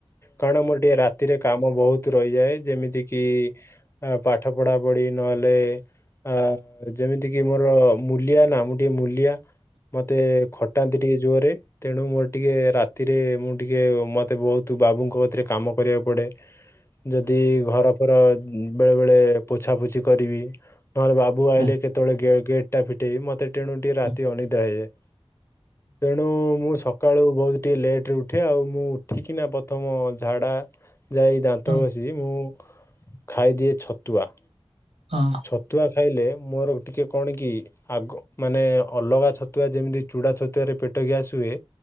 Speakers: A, on the left (about 25°); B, on the right (about 75°).
A: କାରଣ ମୋର ଟିକେ ରାତିରେ କାମ ବହୁତ୍ ରହିଯାଏ ଯେମିତି କିି ପାଠ ପଢା ପଢି। ନହେଲେ ଆ ଯେମିତି କିି ମୋର ମୁଲିଆ ନା ମୁଁ ଟିକେ ମୁଲିଆ ମୋତେ ଖଟାନ୍ତି ଟିକେ ଜୋରରେ ତେଣୁ ମୋର ଟିକିଏ ରାତିରେ ମୁଁ ଟିକିଏ ମୋତେ ବହୁତ ବାବୁଙ୍କ କତିରେ କାମ କରିବାକୁ ପଡ଼େ।
B: <inaudible>
A: ଯଦି ଘର ଫର ଉ ବେଳେ ବେଳେ ପୋଛାପୋଛି କରିବି ନହେଲେ ବା ବୁ ଆଇଲେ
B: ହୁଁ
A: କେତେବେଳେ ଗେ ଗେଟ ଟା ଫିଟେଇିବି ମତେ ଟେଣୁ ଟିକେ ରାତି
B: ହୁଁ
A: ଅନିଦ୍ରା ହେଇଯାଏ। ତେଣୁ ମୁଁ ସକାଳୁ ବହୁତ ଟିକେ ଲେଟରେ ଉଠେ ଆଉ ମୁଁ ଉଠିକିନା ପ୍ରଥମ ଝାଡ଼ା ଯାଇ ଦାନ୍ତ
B: ହୁଁ ହୁଁ
A: ଘସିକି ମୁଁ ଖାଇଦିଏ ଛତୁଆ।
B: ହଁ।
A: ଛତୁଆ ଖାଇଲେ ମୋର ଟିକିଏ କଣକି ଆଗ ମାନେ ଅଲଗା ଛତୁଆ ଯେମିତି ଚୂଡ଼ା ଛତୁଆରେ ପେଟ ଗ୍ୟାସ୍ ହୁଏ।